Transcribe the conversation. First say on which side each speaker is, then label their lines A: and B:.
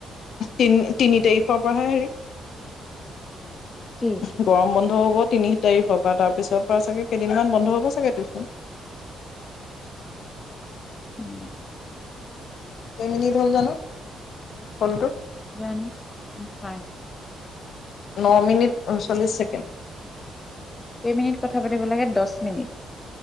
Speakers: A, on the left (about 60°); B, on the left (about 20°).
A: <unintelligible> তিন-তিনি তাৰিখৰ পৰাহে হেৰি <unintelligible>
B: কি
A: গৰম বন্ধ <unintelligible> বন্ধ হ'ব তিনিশ তাৰিখৰ পৰা তাৰপিছৰ পৰা চাগে কেইদিনমান বন্ধ হ'ব চাগে টিউচন <unintelligible> <inaudible>
B: উম <unintelligible>
A: কেইমিনিট হ'ল জানো হলটো <unintelligible>
B: জন নিচাইল <unintelligible>
A: ন মিনিট ঊনচল্লিছ ছেকেণ্ড <unintelligible>
B: কেইমিনিট কথা পাতিব লাগে দহ মিনিট <unintelligible>